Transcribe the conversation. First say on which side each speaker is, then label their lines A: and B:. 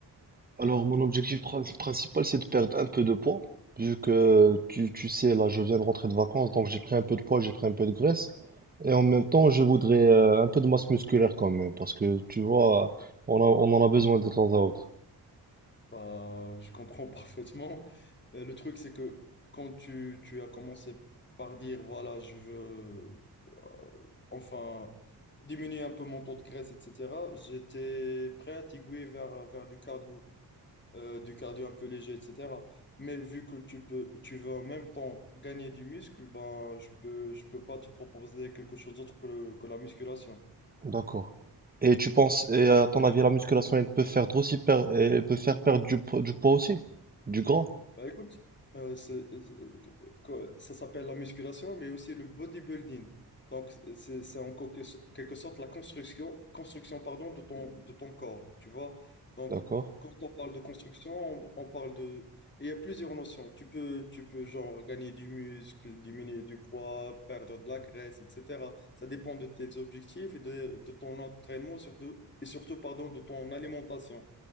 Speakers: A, on the right (about 20°); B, on the left (about 25°).
A: Alors, mon objectif prin- principal, c'est de perdre un peu de poids. Vu que tu, tu sais, là, je viens de rentrer de vacances, donc j'ai pris un peu de poids, j'ai pris un peu de graisse. Et en même temps, je voudrais euh, un peu de masse musculaire quand même, parce que tu vois, on a- on en a besoin de temps à autre.
B: Bah, je comprends <laughs> parfaitement. Euh, le truc, c'est que quand tu, tu as commencé par dire, voilà, je veux, euh, enfin, diminuer un peu mon taux de graisse, etc., j'étais prêt à t'aiguiller vers, vers du cardio. euh, du cardio un peu léger, etc. Mais vu que tu peux, tu veux en même temps gagner du muscle, ben, je peux, je peux pas te proposer quelque chose d'autre que, le- que la musculation.
A: D'accord. Et tu penses, et à ton avis, la musculation, elle peut faire aussi per- elle peut faire perdre du, po- du poids aussi? Du gras?
B: Bah écoute, euh, c'est- c'est- que- ça s'appelle la musculation, mais aussi le bodybuilding. Donc, c'est c'est en quelque so- quelque sorte la construction, construction pardon, de ton, de ton corps, tu vois. Donc,
A: D'accord.
B: quand on parle de construction, on, on parle de... Et Il y a plusieurs notions. Tu peux, tu peux, genre, gagner du muscle, diminuer du poids, perdre de la graisse, etc. Ça dépend de tes objectifs et de, de ton entraînement, surtout, et surtout, pardon, de ton alimentation.